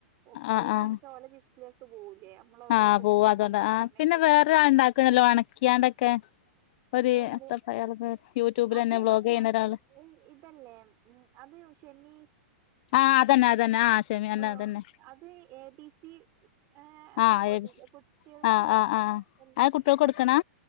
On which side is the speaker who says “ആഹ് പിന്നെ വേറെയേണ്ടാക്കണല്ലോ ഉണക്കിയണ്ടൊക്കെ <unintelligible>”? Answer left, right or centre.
Left